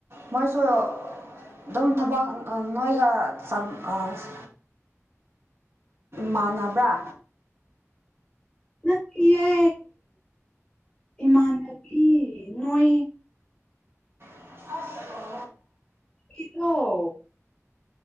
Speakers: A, on the right; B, on the left.
A: ꯃꯣꯏꯁꯨ ꯑꯗꯨꯝ ꯊꯕꯛ ꯑ ꯅꯣꯏꯒ ꯆꯪ ꯑꯁ ꯃꯥꯟꯅꯕ꯭ꯔ
B: ꯅꯠꯇꯤꯌꯦ ꯏꯃꯥꯟꯅꯕꯤ ꯅꯣꯏ
A: <inaudible>
B: <unintelligible>